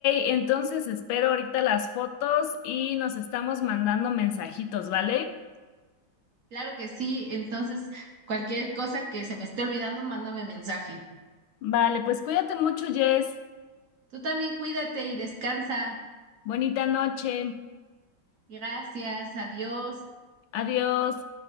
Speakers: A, on the left; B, on the right.
A: entonces espero ahorita las fotos y nos estamos mandando mensajitos, ¿vale?
B: Claro que sí, entonces cualquier cosa que se me esté olvidando, mándame mensaje.
A: Vale, pues cuídate mucho, Jess.
B: Tú también cuídate y descansa.
A: Bonita noche.
B: Gracias, adiós.
A: Adiós.